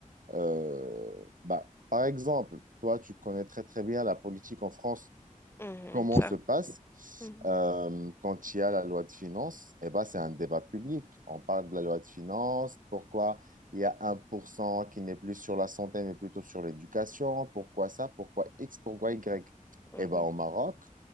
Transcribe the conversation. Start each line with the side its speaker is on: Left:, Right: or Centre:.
Right: Euh, bah, par exemple, toi, tu connais très, très bien la politique en France
Left: Mhm,
Right: comment
Left: ça.
Right: se passe
Left: Mhm,
Right: euh, quand il y a la loi de finances, eh ben, c'est un débat public. On parle de la loi de finances, pourquoi il y a 1% qui n'est plus sur la santé, mais plutôt sur l'éducation, pourquoi ça, pourquoi X, pourquoi Y.
Left: mhm.
Right: Eh ben, au Maroc,